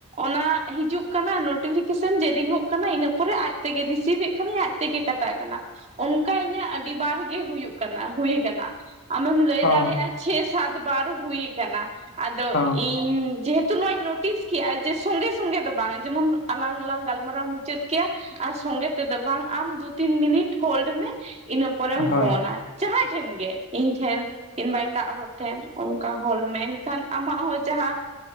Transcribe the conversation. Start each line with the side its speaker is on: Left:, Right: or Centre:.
Right: ᱚᱱᱟ ᱦᱤᱡᱩᱜ ᱠᱟᱱᱟ ᱱᱳᱴᱤᱯᱷᱤᱠᱮᱥᱚᱱ ᱡᱮ ᱨᱤᱝᱼᱚᱜ ᱠᱟᱱᱟ ᱤᱱᱟᱹ ᱯᱚᱨᱮ ᱟᱡ ᱛᱮᱜᱮ ᱨᱤᱥᱤᱵᱷ ᱮᱫ ᱠᱷᱟᱱᱤᱧ ᱟᱡᱛᱮᱜᱮ ᱠᱟᱴᱟᱜ ᱠᱟᱱᱟ᱾ ᱚᱱᱠᱟ ᱤᱧᱟᱹᱜ ᱟᱹᱰᱤ ᱵᱟᱨ ᱜᱮ ᱦᱩᱭᱩᱜ ᱠᱟᱱᱟ ᱦᱩᱭ ᱠᱟᱱᱟ ᱟᱢᱮᱢ ᱞᱟᱹᱭ
Left: ᱚ
Right: ᱫᱟᱲᱮᱭᱟᱜᱼᱟ ᱪᱷᱮ ᱥᱟᱛ ᱵᱟᱨ ᱦᱩᱭ ᱟᱠᱟᱱᱟ ᱟᱫᱚ
Left: ᱚ
Right: ᱤᱧ ᱡᱮᱦᱮᱛᱩ ᱱᱚᱣᱟᱧ ᱱᱳᱴ ᱴᱤᱥ ᱠᱮᱜᱼᱟ ᱡᱮ ᱥᱚᱸᱜᱮ ᱥᱚᱸᱜᱮ ᱫᱚ ᱵᱟᱝ ᱡᱮᱢᱚᱱ ᱟᱞᱟᱝ ᱞᱝ ᱜᱟᱞᱢᱟᱨᱟᱣ ᱢᱩᱪᱟᱹᱫ ᱠᱮᱜᱼᱟᱼᱼ ᱟᱨ ᱥᱚᱸᱜᱮ ᱛᱮᱫᱚ ᱵᱟᱝ ᱟᱢ ᱫᱩ ᱛᱤᱱ ᱢᱤᱱᱤᱴ ᱦᱳᱞᱰ ᱢᱮ ᱤᱱᱟᱹ ᱯᱚᱨᱮᱢ
Left: ᱦᱳᱭ
Right: ᱯᱷᱳᱱᱟ ᱡᱟᱦᱟᱸᱭ ᱴᱷᱮᱱ ᱜᱮ ᱤᱧ ᱴᱷᱮᱱ ᱠᱤᱱᱵᱟ ᱮᱴᱟᱜ ᱦᱚᱲ ᱴᱷᱮᱱ ᱚᱱᱠᱟ ᱦᱚᱲ ᱢᱮᱱᱠᱷᱟᱱ ᱟᱢᱟᱜ ᱦᱚᱸ ᱡᱟᱦᱟᱸ